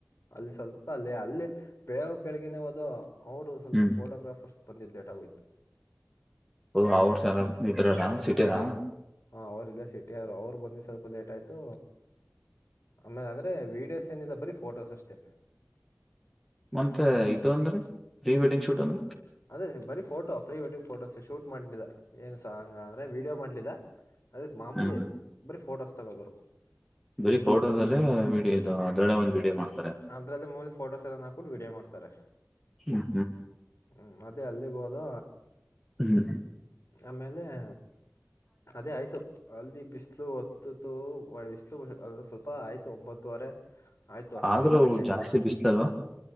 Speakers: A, on the left; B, in the centre.
A: ಅಲ್ಲಿ ಸ್ವಲ್ಪ ಅಲ್ಲೇ ಅಲ್ಲಿ ಬೆ ಬೆಳಗ್ನೆೇ ಹೋದು ಅವರು ಸ್ವಲ್ಪ
B: ಹ್ಮ್
A: ಬಂದಿದ್ದ್ ಲೇಟ್ ಆೋಯ್ತು
B: ಹೊ ಅವ್ರ್ <unintelligible> ಇದ್ರಾರ ಸಿಟಿರಾ
A: ಹಾ ಅವ್ರಲ್ಲ ಸಿಟಿ ಅವರು ಅವರು ಬಂದಿದ್ದ ಸ್ವಲ್ಪ ಲೇಟ್ ಆಯ್ತು ಆಮೇಲೆ ಅಂದ್ರೆ ವೀಡಿಯೋಸ್ ಏನಿಲ್ಲ ಬರೀ ಫೋಟೋಸ್ ಅಷ್ಟೆ
B: ಮತ್ತೆ ಇದು ಅಂದ್ರ ಪ್ರೀ ವೆಡ್ಡಿಂಗ್ ಶೂಟ್ ಅಂದ್ರ
A: ಅೆ ಬರೀ photo pre wedding photos shoot ಮಾಡ್ಲಿಲ್ಲ ಏನ್ ಸಾಂಗ ಅಂದ್ರೆ ವೀಡಿಯೋ ಮಾಡ್ಲಿಲ್ಲ ಅದೇ ಮಾಮೂಲಿ
B: ಹ್ಮ್ ಹ್ಮ್
A: ಬರಿ ಫೋಟೋಸ್ ತಗದರು
B: ಬರೀ ಫೋಟೋದಲ್ಲೇ ವೀಡಿಯೋ ಇದು ಅದ್ರಲ್ಲೆ ಒಂದು ವೀಡಿಯೋ ಮಾಡ್
A: ಅದ್ರಲ್ಲಿ ಮಲಿ ಫೋಟೋಸ್ ಎಲ್ಲ ಹಾ ಕೂಡ್ ವೀಡಿಯೋ ಮಾಡ್ತಾರೆ
B: ಹ್ಮ್
A: ಹ್ಮ್ ಮತ್ತೆ ಅಲ್ಲಿಗೆ ಹೋದ
B: ಹ್ಮ್
A: ಆಮೇಲೆ ಹ ಅದೇ ಆಯ್ತು ಅಲ್ದಿ ಬಿಸ್ ಇಲು ಹೊತ್ತತ್ತುು ಇಷ್ಟು ಸ್ವಲ್ಪ ಆಯ್ತು ಒಂಬತ್ತುವರೆ ಆಯ್ತು ಅಷ್ಟೊತ್ತಿಗೆ
B: ಆದ್ರೂ
A: ಅದೇ ಶೆಕೆ
B: ಜಾಸ್ತಿ ಬಿಸಲ ಅಲ್ವಾ